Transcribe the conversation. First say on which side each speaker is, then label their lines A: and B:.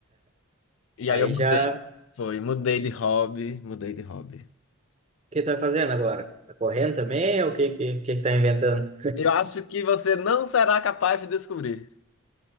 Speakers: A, on the left; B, on the right.
A: E
B: aí
A: aí eu mudei,
B: já, o
A: foi, mudei de hobby, mudei de hobby.
B: que tá fazendo agora? Tá correndo também ou o que, que, que tá inventando?
A: Eu acho que você não será capaz de descobrir.